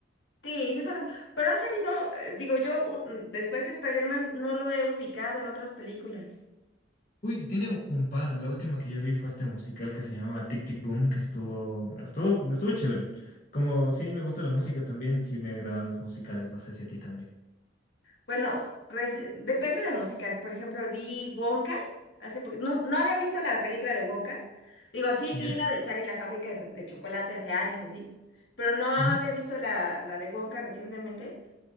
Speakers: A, on the left; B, on the left.
A: Sí, sí es verdad. Pero ha salido, eh, digo, yo u- después de Spider-Man no lo he ubicado en otras películas.
B: Uy, tiene un un par. La última que yo vi fue este musical que se llamaba Tic Tic Boom, que estuvo, estuvo, estuvo chévere. Como sí me gusta la música también, sí me agradan los musicales, no sé si a ti también.
A: Bueno, reci- depende del musical. Por ejemplo, vi Wonka hace poqu- No, no había visto la película de Wonka. Digo, sí
B: ¿Ya?
A: vi la de Charlie y la fábrica de, so- de chocolate hace años, así. Pero no había
B: Ujú,
A: visto la, la de Wonka recientemente.